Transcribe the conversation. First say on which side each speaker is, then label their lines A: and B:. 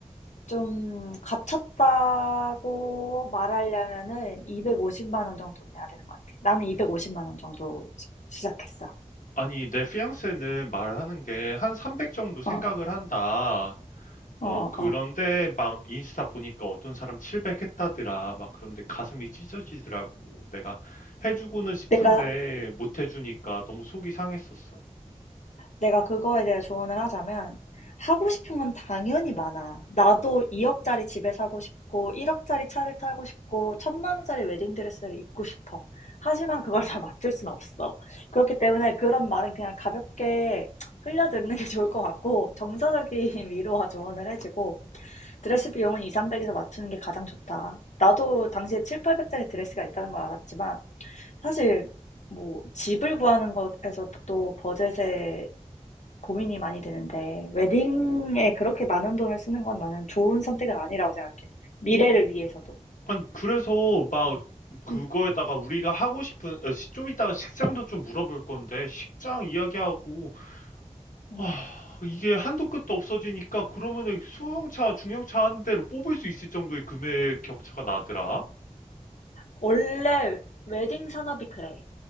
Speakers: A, on the left; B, on the left.
A: 좀 갇혔다고 말하려면은 250만 원 정도 내야 되는 것 같아. 나는
B: 음.
A: 250만 원 정도 시, 시작했어.
B: 아니 내 피앙세는 말하는 게 한 300 정도 생각을
A: 어,
B: 한다.
A: 어,
B: 어,
A: 어.
B: 그런데
A: 어.
B: 막 인스타 보니까 어떤 사람 700 했다더라. 막 그런데 가슴이 찢어지더라고. 내가 해주고는 싶은데
A: 내가,
B: 못 해주니까 너무 속이 상했었어.
A: 내가 그거에 대해 조언을 하자면 하고 싶은 건 당연히 많아. 나도 2억짜리 집에 사고 싶고 1억짜리 차를 타고 싶고 천만 원짜리 웨딩드레스를 입고 싶어. 하지만 그걸 다 맞출 순 없어. 그렇기 때문에 그런 말은 그냥 가볍게 흘려듣는 게 좋을 것 같고 정서적인 위로와 조언을 해주고 드레스 비용은 2, 300에서 맞추는 게 가장 좋다. 나도 당시에 7, 800짜리 드레스가 있다는 걸 알았지만 사실 뭐 집을 구하는 것에서도 버젯에 고민이 많이 되는데 웨딩에 그렇게 많은 돈을 쓰는 건 나는 좋은 선택은 아니라고 생각해. 미래를 위해서도.
B: 아니, 그래서 막 그거에다가
A: 음,
B: 우리가 하고 싶은, 어, 시- 좀 이따가 식장도 좀 물어볼 건데, 식장 이야기하고,
A: 음,
B: 아, 이게 한도 끝도 없어지니까 그러면은 소형차, 중형차 한 대로 뽑을 수 있을 정도의 금액 격차가 나더라.
A: 원래 웨딩 산업이 그래.